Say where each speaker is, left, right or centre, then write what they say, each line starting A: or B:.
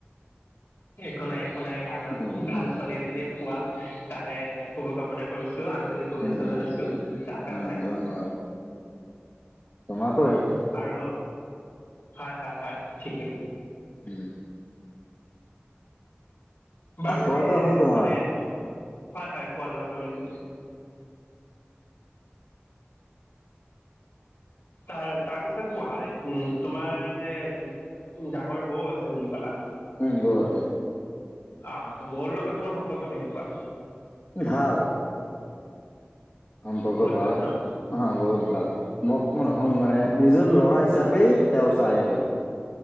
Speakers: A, on the left; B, on the left.
A: একো নাই একো নাই আগ
B: উম
A: ভাল ছোৱালী এজনী পোৱা তাৰে শুভকামনা কৰিছো আন্তৰিক শুভেচ্ছা
B: উম
A: জনাইছো তাৰ কাৰণে।
B: উম ধন্যবাদ তোমাকো সেই।
A: আৰু হয় হয় হয় ঠিকেই।
B: উম
A: বাৰু
B: খোৱা
A: এনেই,
B: দোৱা হ'ল তোমাৰ
A: মানে হয় হয় খোৱা লোৱা কৰিলো। তাৰ তাৰপিছত কোৱা উ তোমাৰ যে ডাঙৰ বৌ আছে বুলি ক'লা।
B: উম বৌ আছে।
A: আ বৰ লগত তোমাৰ সম্পৰ্ক কেনেকুৱা?
B: ভাল। সম্পৰ্ক
A: বহুত
B: ভাল।
A: ন
B: হা বহুত ভাল মোক মানে নিজৰ ল'ৰা হিচাপেই তেওঁ চাই আৰু।